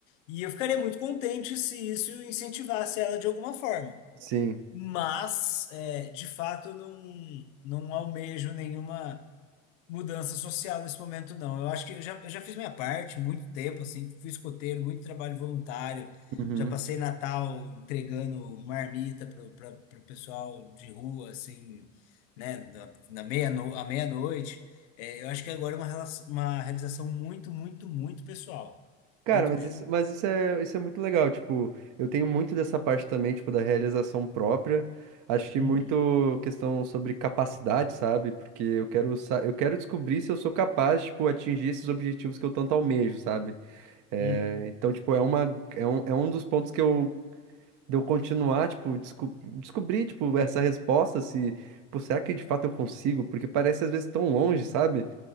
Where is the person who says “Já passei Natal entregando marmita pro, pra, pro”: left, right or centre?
Left